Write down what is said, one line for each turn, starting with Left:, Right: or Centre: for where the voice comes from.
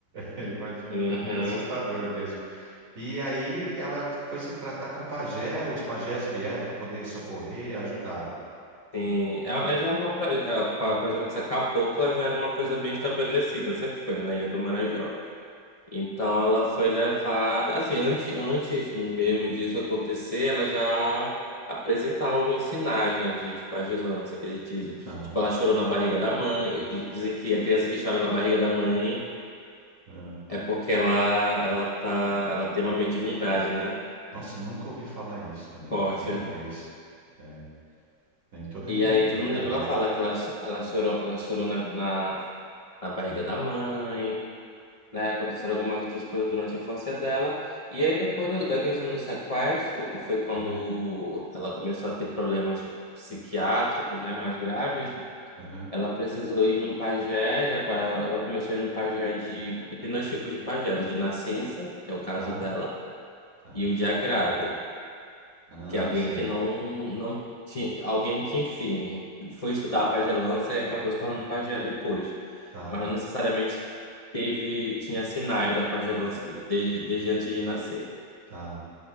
Right: É, imagino
Left: Uhum,
Right: que é meio assustador mesmo. E aí ela foi se tratar com o pajé, os pajés vieram para poder socorrer e ajudar.
Left: sim. Ela, ela já era uma, pra, ela, pra, já não ser cabocla, já era uma coisa bem estabelecida, sempre foi, né, na Ilha do Marajó. Então ela foi levada, assim, antes, antes mesmo disso acontecer, ela já apresentava alguns sinais, né, de, de pagelância, que eles dizem. Tipo,
Right: Tá.
Left: ela chorou na barriga da mãe, e di- dizem que a criança que chora na barriga da mãe
Right: ah.
Left: é porque ela, ela tá, ela tem uma mediunidade, né,
Right: Nossa, eu nunca ouvi falar isso também,
Left: forte.
Right: primeira vez, é, em toda
Left: E
Right: a minha
Left: aí
Right: vida
Left: tudo
Right: acadêmica.
Left: no livro ela fala que ela, cho- ela chorou, ela chorou na, na, na barriga
Right: Aham,
Left: da mãe, né? Aconteceram algumas outras coisas durante a infância dela. E aí, depois do- da questão do sequestro, que foi quando
Right: aham.
Left: ela começou a ter problemas psiquiátricos, né, mais graves,
Right: Aham,
Left: ela precisou ir num pajé, já pa- ela começou a ir num pajé de... Porque tem dois tipos de pajé, o de nascença, que é o caso
Right: Tá,
Left: dela,
Right: tá.
Left: e o de agrado.
Right: Ah,
Left: Que é alguém
Right: sei.
Left: que não, não tinha. Alguém que, enfim, foi estudar pagelança e acabou se tornando pajé depois.
Right: Tá,
Left: Mas não necessariamente teve, tinha sinais da pagelança desde, desde antes de nascer.
Right: tá.